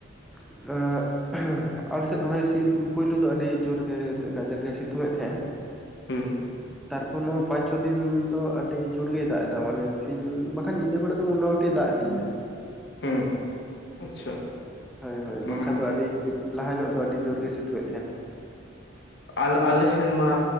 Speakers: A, in the centre; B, on the left (about 60°).
A: <unintelligible> ᱟᱞᱮᱥᱮᱫ ᱫᱚ ᱦᱚᱭ ᱦᱤᱥᱤᱫ ᱯᱩᱭᱞᱩ ᱫᱚ ᱟᱹᱰᱤ ᱡᱳᱨ ᱜᱮ ᱥᱮ ᱠᱟᱡᱟᱜ ᱜᱮ ᱥᱤᱛᱩᱝ ᱮᱫ ᱛᱟᱦᱮᱸᱱ
B: ᱦᱮᱸ
A: ᱛᱟᱨᱯᱚᱨ ᱱᱚᱣᱟ ᱯᱟᱸᱪ ᱪᱷᱚ ᱫᱤᱱ ᱫᱚ ᱟᱹᱰᱤ ᱡᱳᱨ ᱜᱮᱭ ᱫᱟᱜ ᱮᱫᱟ ᱢᱟᱱᱮ ᱥᱤᱧ ᱵᱟᱠᱷᱟᱱ ᱧᱤᱫᱟᱹ ᱵᱮᱲᱟ ᱫᱚ ᱢᱚᱴᱟ ᱫᱟᱜ ᱤᱫᱤᱭᱮᱫᱟᱭ
B: ᱦᱩᱸ ᱟᱪᱪᱷᱟ
A: ᱦᱳᱭ ᱦᱳᱭ
B: ᱦᱩᱸ
A: ᱵᱟᱝᱠᱷᱟᱱ ᱫᱚ ᱟᱰᱤ ᱞᱟᱦᱟ ᱧᱚᱜ ᱫᱚ ᱟᱹᱰᱤ ᱡᱳᱨ ᱜᱮᱭ ᱥᱤᱛᱩᱝ ᱮᱫ ᱛᱟᱦᱮᱸᱱ
B: ᱟᱞ ᱟᱞᱮ ᱥᱮᱱᱢᱟ